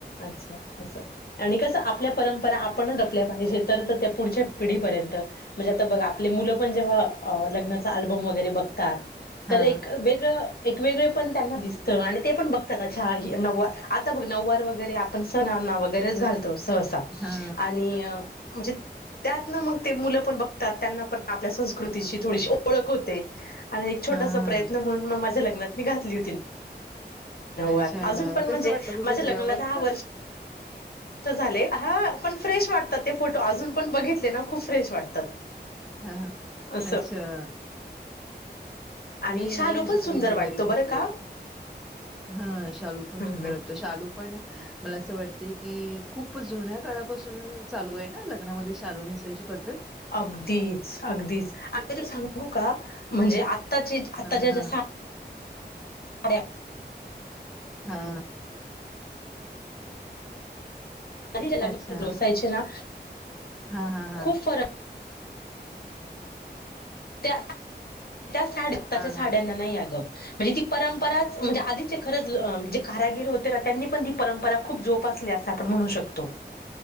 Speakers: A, on the left; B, in the centre.
A: अच्छ असं आणि कसं आपल्या परंपरा आपण आपल्या पाहिजे तर तर त्या पुढच्या पिढीपर्यंत म्हणजे आता बघा आपले मुलं पण जेव्हा लग्नाचा आल्बम वगैरे बघतात
B: हा
A: तर एक वेगळं एक वेगळे पण त्यांना दिसतं आणि ते पण बघतात अच्छा नववार आता बघ नववार वगैरे आपण सण वगैरेच घालतो सहसा
B: हा
A: आणि म्हणजे त्यात ना मग ते मुलं पण बघतात त्यांना पण आपल्या कृतीची थोडीशी ओळख होते आणि एक छोटासा
B: हा
A: प्रयत्न म्हणून म माझ्या लग्नात मी घातली होती नवार
B: अच्छा
A: अजून पण
B: कसं
A: म्हणजे
B: वाटत होतं
A: माझ्या लग्नाला
B: तुला मग
A: दहा
B: हा
A: वर्ष झाले हा पण फ्रेश वाटतात ते फोटो अजून पण बघितले ना खूप फ्रेश वाटतात
B: हा हा
A: असं.
B: अच्छा
A: आणि
B: मी
A: शालू
B: नाही असे
A: पण
B: कधी
A: सुंदर
B: नऊवारी
A: वाटतो
B: नेसले
A: बरं का.
B: हा शालू पण सुंदर
A: हम्म.
B: वाटतो शालू पण मला असं वाटते <inaudible> कि खूप जुन्या काळापासून चालू आहे ना लग्नामध्ये शालू नसायची पद्धत
A: अगदीच अगदीच आणि तू सांगू का म्हणजे आ आताचे आत्ताच्या
B: हा
A: ज
B: हा
A: साड्या
B: हा
A: आधीच्या लग्नाोसायचे
B: अच्छा
A: ना
B: हा हा हा
A: खूप फरक त्या त्या साडताच्या
B: हा
A: साड्यांना
B: हा
A: नाही या ग म्हणजे ती परंपराच म्हणजे आधीचे खरच जे कारागिर होते ना त्यांनी पण ती परंपरा खूप जोप म्हण शो